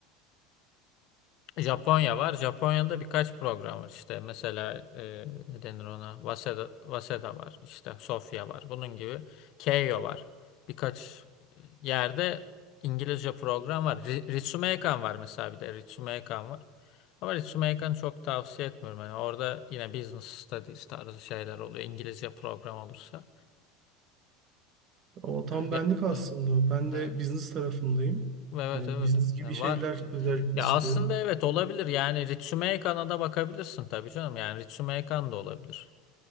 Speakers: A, on the left; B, on the right.
A: Japonya var. Japonya'da birkaç program var işte. Mesela e, ne denir ona? Waseda, Waseda var. İşte Sofya var. Bunun gibi. Keio var. Birkaç yerde İngilizce program var. Ri- Ritsumeikan var mesela bir de. Ritsumeikan var. Ama Ritsumeikan'ı çok tavsiye etmiyorum. Yani orada yine business studies tarzı şeyler oluyor. İngilizce program olursa.
B: O tam benlik
A: Ve,
B: aslında.
A: e,
B: Ben de
A: e,
B: business tarafındayım.
A: evet
B: Hani
A: evet.
B: business gibi
A: Yani
B: şeyler
A: var.
B: özellikle
A: Ya
B: istiyorum.
A: aslında evet olabilir. Yani Ritsumei Kan'a da bakabilirsin tabii canım. Yani Ritsumei Kan da olabilir.